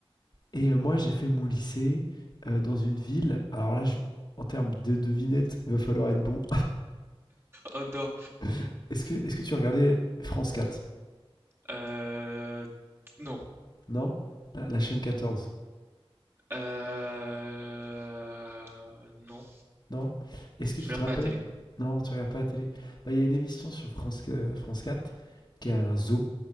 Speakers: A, on the left; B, on the right.
A: Et euh, moi, j'ai fait mon lycée euh, dans une ville. Alors là, je- en termes de devinette, il va falloir être bon.
B: Oh non.
A: <laughs> Est-ce que, est-ce que tu regardais France 4?
B: Euh, non.
A: Non? La, la chaîne 14.
B: Euh, non.
A: Non? Est-ce que
B: Je
A: tu
B: regarde
A: te rappelles?
B: pas la télé.
A: Non, tu regardes pas la télé. Bah, il y a une émission sur France, euh, France quatre qui a un zoo,